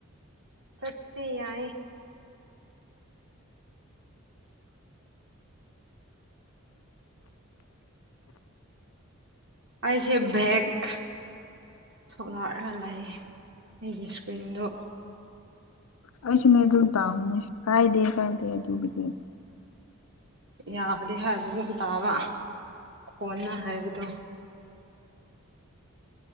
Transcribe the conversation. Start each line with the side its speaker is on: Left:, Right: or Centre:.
Right: ꯆꯠꯁꯦ ꯌꯥꯏ ꯑꯩꯁꯦ ꯦꯒ ꯊꯣꯛꯂꯛꯑꯒ ꯂꯩ ꯑꯩꯒꯤ ꯏꯁꯀ꯭ꯔꯤꯟꯗꯨ
Left: ꯑꯩꯁꯨꯅꯦ ꯑꯗꯨꯝ ꯇꯥꯎꯕꯅꯤ ꯀꯥꯏꯗꯦ ꯀꯥꯏꯗꯦ ꯑꯗꯨꯕꯨꯗꯤ
Right: ꯌꯥꯗꯦ ꯍꯥꯏꯕꯒꯨꯝ ꯇꯥꯕ ꯀꯣꯟꯅ ꯍꯥꯏꯕꯗꯣ